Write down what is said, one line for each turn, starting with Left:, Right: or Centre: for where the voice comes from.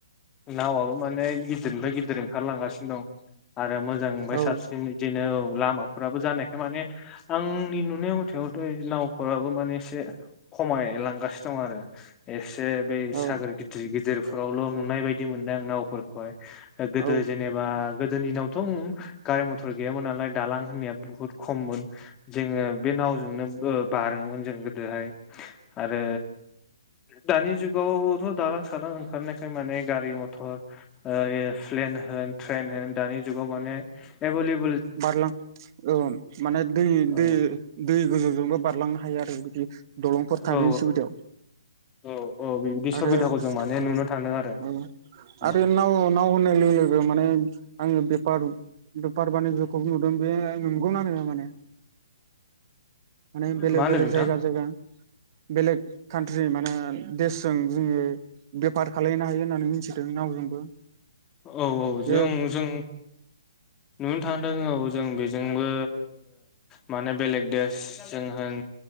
Left: नावाबो माने गिदिरनिफ्राय गिदिर ओंखारलांगासिनो दं। आरो मोजांनिफ्राय
Right: औ
Left: साबसिन बिदिनो लामाफोराबो जानायखाय माने आं आंनि नुनाय मुथावावथ' नावफोराबो माने एसे खमायलांगासिनो दं आरो एसे एसे बै
Right: औ
Left: सागोर गिदिर गिदिरफोरावल' नुनाय बायदि मोनदों आं नावफोरखौहाय। गोदो
Right: औ
Left: जेनेबा गोदो दिनावथ' गारि मथर गैयामोन नालाय दालां होननाया बुहुत खममोन। जोङो बे नावजोंनो बारोमोन जों गोदोहाय आरो दानि जुगावथ' दालां सालां ओंखारनायखाय माने गारि मथर प्लेन ट्रेन होन दानि जुगाव माने एबेलेबोल
Right: बारलां औ माने दै
Left: औ
Right: दै दै गोजौजोंबो बारलांनो हायो आरो बिदि दलंफोर थानायनि
Left: औ
Right: सुबिदायाव।
Left: औ औ बिबायदि
Right: आरो
Left: सुबिदाखौ जों माने
Right: ओं
Left: नुनो थांदों आरो
Right: औ
Left: औ
Right: आरो नाव नाव होननाय लोगो लोगो माने आङो बेफार बेफार बानिज्यखौ नुदों बे नंगौना नङा माने माने बेलेग
Left: मा होनो
Right: बेलेक
Left: नोंथां
Right: जायगा जायगा बेलेक कान्ट्रि माने देश जों जोङो बेफार खालायनो हायो होननानै मिथिदों नावजोंबो
Left: औ औ जों
Right: बे
Left: जों नुनो थांदों औ जों बे जोंबो माने बेलेग देस जों होन